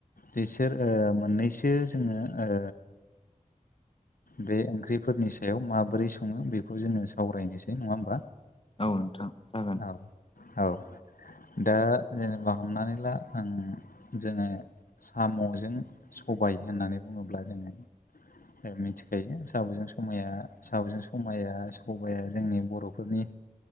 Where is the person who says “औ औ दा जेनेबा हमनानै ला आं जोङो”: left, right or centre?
Left